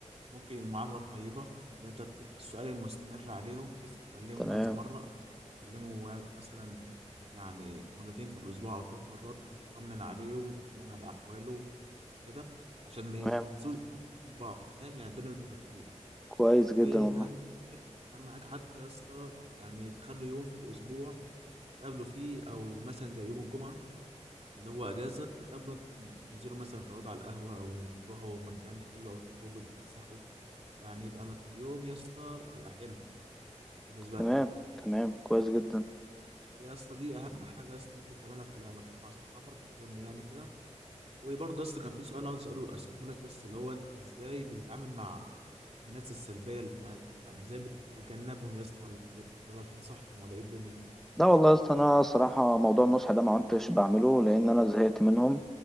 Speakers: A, on the right; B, in the centre.
A: ممكن المعاملة الطيبة اللي أنت بت- السؤال المستمر عليهم تتكلمه
B: تمام
A: كذا مرة تكلمه مثلا يعني مرتين في الأسبوع أو ثلاث مرات تطمن عليه وتطمن على أحواله كده عشان ما
B: تمام
A: تنسوش ما تنسوش بعض فاهم يعني الدنيا ما تنهكوش
B: كويس جدا
A: واهم
B: والله
A: حاجة- اهم حاجه حتى يا اسطى يعني تخلوا يوم في الاسبوع تقابلوا فيه او مثلا زي يوم الجمعه اللي هو اجازه تتقابلوا انتوا تنزلوا مثلا تقعدوا على القهوه او تروحوا مكان حلو او تخرجوا تتفسحوا يعني يبقى مك... يوم يا اسطى يبقى حلو بالنسبه
B: تمام
A: لك
B: تمام كويس جدا
A: يا اسطى دي اهم حاجه يا اسطى ممكن تعملها في العلاقات مع صحابك اظن يعني كده وبرضه يا اسطى كان في سؤال عاوز اساله اساله لك يا اسطى اللي هو انت ازاي بتتعامل مع الناس السلبية اللي في حياتك يعني ازاي بتتجنبهم يا اسطى ولا بت- ولا تنصحهم ولا ايه الدنيا
B: لا والله يا اسطى انا صراحه موضوع النصح ده ما عدتش بعمله لان انا زهقت منهم